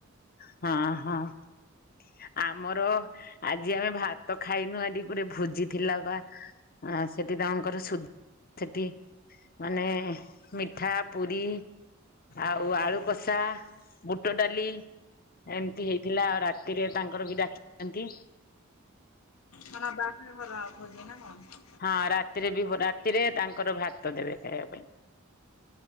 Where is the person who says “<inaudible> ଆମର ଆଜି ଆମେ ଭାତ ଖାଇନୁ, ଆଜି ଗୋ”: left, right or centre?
Left